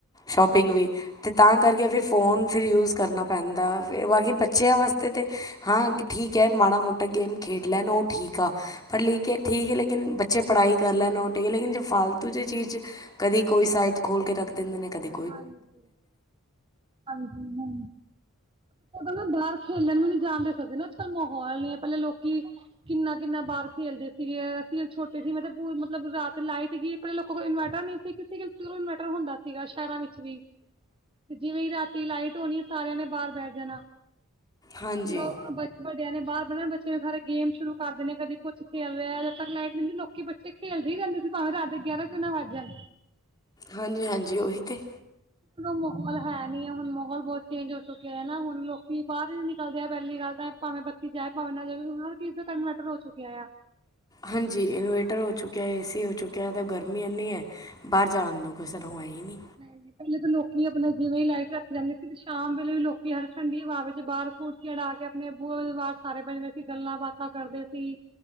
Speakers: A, on the left; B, on the right.
A: ਸ਼ੋਪਿੰਗ ਵੀ ਅਤੇ ਤਾਂ ਕਰਕੇ ਫਿਰ ਫੋਨ ਫਿਰ ਯੂਸ ਕਰਨਾ ਪੈਂਦਾ, ਫਿਰ ਬਾਕੀ ਬੱਚਿਆਂ ਵਾਸਤੇ ਹਾਂ ਠੀਕ ਐ, ਮਾੜਾ ਮੋਟਾ ਗੇਮ ਖੇਡ ਲੈਣ ਉਹ ਠੀਕ ਆ, ਪੜ੍ ਲਿਖ ਕੇ, ਠੀਕ ਏ ਲੇਕਿਨ ਬ ਚੇ ਪੜ੍ਹਾਈ ਕਰ ਲੈਣ, ਉਹ ਠੀਕ, ਲੇਕਿਨ ਜੇ ਫਾਲਤੂ ਜੇ ਚੀਜ਼ ਕਦੀ ਕੋਈ ਸਾਈਟ ' ਖੋਲ੍ਹ ਕੇ ਰੱਖ ਦਿੰਦੇ ਨੇ, ਕਦੇ
B: ਹਾਂਜੀ, ਹਾਂਜੀ, ਹਾਂ ਨਾ ਬਾਹਰ ਖੇਲਣ ਵੀ ਨੀ ਜਾਣ ਦੇ ਸਕਦੇ ਨਾ, ਅਜ- ਕਲ ਮਾਹੌਲ ਨੀ ਐ ਪਹਿਲੇ ਲੋਕੀ ਕਿੰਨਾ, ਕਿੰਨਾ ਬਾਰ ਖੇਲਦੇ ਸੀਗੇ, ਅਸੀ ਜਦੋਂ ਛੋਟੇ ਸੀ, ਮਤਲਬ ਪ ਮਤਲਬ ਰਾਤ ਲਾਈਟ ਗਈ ਆਪਣੇ ਲੋਕਾਂ ਕੋਲ ਇਨਵਰਟਰ ਨਹੀਂ ਸੀ, ਕਿਸੇ-ਕਿਸੇ ਕੋਲ ਇਨਵਰਟਰ ਹੁੰਦਾ ਸੀਗਾ। ਸ਼ਹਿਰਾਂ ਵਿੱਚ ਵੀ, ਤੇ ਜਿਵੇਂ ਰਾਤੀ ਲਾਈਟ ਹੋਣੀ ਸਾਰਿਆਂ ਨੇ ਬਾਰ ਬੈ ਜਾਣਾ,
A: ਹਾਂਜੀ
B: ਲੋਕ ਵੱਡਿਆਂ ਨੇ ਬਾਰ ਬਹਿਣਾ, ਬੱਚੇ ਸਾਰੇ ਗੇਮ ਸ਼ੁਰੂ ਕਰ ਦੇਣੇ, ਕਦੇ ਕੁੱਛ ਖੇਲ ਲਿਆ, ਜਦ ਤੱਕ ਲਾਈਟ ਹੁੰਦੀ ਲੋਕੀ ਬ ਤੇ ਖੇਲਦੇ ਹੀ ਰੇਂਦੇ ਸੀ, ਭਾਵੇਂ ਰਾਤ ਗਿਆਰਾਂ ਕਿਉ ਨਾ ਵੱਜ ਜਾਣ।
A: ਹਾਂਜੀ, ਹਾਂਜੀ ਉਹੀ ਤੇ।
B: ਮਾਹੌਲ ਹੈ ਨੀ ਹੈ ਹੁਣ, ਮਾਹੌਲ ਬਹੁਤ ਚੇਂਜ ਹੋ ਚੁੱਕਿਆ ਐ ਨਾ ਹੁਣ, ਲੋਕੀ ਬਾਹਰ ਹੀ ਨੀ ਨਿਕਲਦੇ ਆ ਪਹਿਲੀ ਗੱਲ ਤਾਂ ਏ ਭਾਵੇਂ ਬੱਤੀ ਜਾਏ, ਭਾਵੇਂ ਨਾ ਜਾਵੇ, ਹਰ ਕਿਸੇ ਦੇ ਘਰ ਇਨਵਰਟਰ ਹੋ ਚੁੱਕਿਆ ਆ।
A: ਹਾਂਜੀ, ਇਨਵੇਟਰ ਹੋ ਚੁੱਕਿਆ ਏ, ਏਸੀ ਹੋ ਚੁੱਕਿਆ, ਤਾਂ ਗਰਮੀ ਇੰਨੀ ਐ। ਬਾਹਰ ਜਾਣ ਨੂੰ ਕਿਸੇ ਨੂੰ ਐਈ ਨੀ।
B: ਨਹੀਂ ਪਹਿਲੇ ਤਾਂ ਲੋਕੀ ਆਪਣਾ ਜਿਵੇਂ ਈ ਲਾਈਟ ਰਾਤੀ ਜਾਂਦੇ ਸੀ ਸ਼ਾਮ ਵੇਲੇ ਵੀ ਲੋਕੀ ਹਰ ਠੰਡੀ ਹਵਾ ਵਿੱਚ ਬਾਹਰ ਕੂ ਚੜਾ ਕੇ ਆਪਣੇ ਬੁਏ ਦੇ ਬਾਰ ਸਾਰੇ ਬਜਦੇ ਸੀ ਗੱਲਾਂ ਬਾਤਾਂ ਕਰਦੇ ਸੀ।